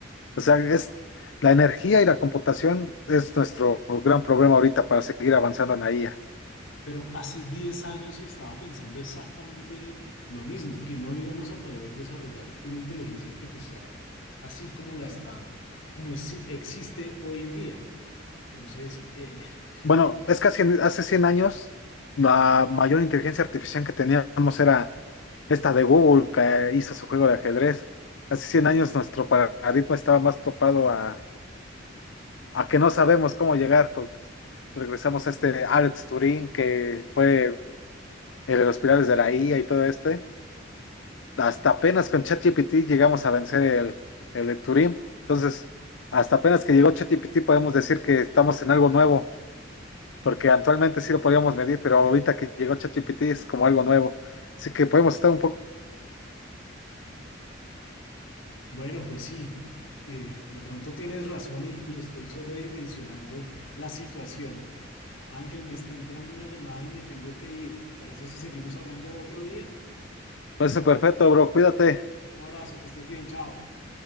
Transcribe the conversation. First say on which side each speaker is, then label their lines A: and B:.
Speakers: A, on the left; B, on the left.
A: O sea, es la energía y la computación es nuestro gran problema ahorita para seguir avanzando en la IA.
B: Pero hace 10 años estaba pensando exactamente lo mismo, que no íbamos a poder desarrollar una inteligencia artificial así como la está, como es- existe hoy en día. Entonces, eh,
A: Bueno,
B: Ok.
A: es casi hace 100 años la mayor inteligencia artificial que teníamos era esta de Google que hizo su juego de ajedrez. Hace 100 años nuestro paradigma estaba más topado a, a que no sabemos cómo llegar. co- Regresamos a este Alex Turing que fue el de los pilares de la IA y todo este, hasta apenas con ChatGPT llegamos a vencer el, el de Turing. Entonces, hasta apenas que llegó ChatGPT podemos decir que estamos en algo nuevo, porque actualmente sí lo podíamos medir, pero ahorita que llegó ChatGPT es como algo nuevo. Así que podemos estar un poco.
B: Bueno, pues sí, eh, de pronto tienes razón y, y estoy sobredimensionando la situación. Ángel, me está entrando una llamada y me tengo que ir. ¿Te parece si seguimos hablando otro día?
A: Pues perfecto, bro, cuídate.
B: Un abrazo, que estés bien, chao.